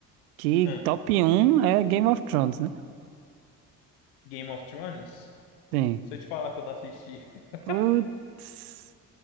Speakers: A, on the right; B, on the left.
A: Que
B: ah,
A: top um é Game of Thrones, né?
B: Game of Thrones?
A: Sim.
B: Se eu te falar que eu não assisti. <laughs>
A: Putz.